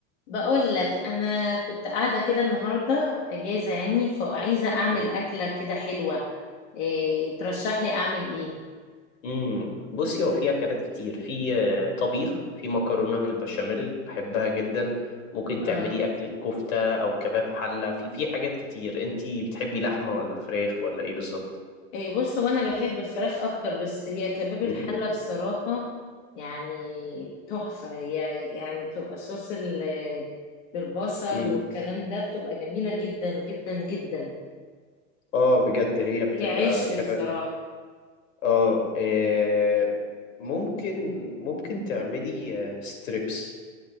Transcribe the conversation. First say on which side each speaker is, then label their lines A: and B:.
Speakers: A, on the left; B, on the left.
A: بقول لك انا كنت قاعده كده النهارده اجازه يعني فعايزه اعمل
B: مم.
A: اكله كده حلوه إيه ترشح لي اعمل ايه
B: مم. بصي هو في اكلات كتير في آه، طبيخ في مكرونه بالبشاميل بحبها جدا ممكن
A: اه
B: تعملي اكله كفته او كباب حله في في حاجات كتير انتي بتحبي لحمه ولا فراخ ولا ايه بالظبط
A: إيه بص هو انا بحب الفراخ اكتر بس هي كباب الحله
B: مم.
A: بصراحه يعني تحفه هي يعني بتبقى صوص ال- بالبصل
B: مم.
A: والكلام ده بتبقى جميله جدا جدا جدا
B: اه بجد هي بتبقى
A: دي عشق
B: كباب
A: بصراحه
B: اه آه، ممكن ممكن تعملي آه، ستريبس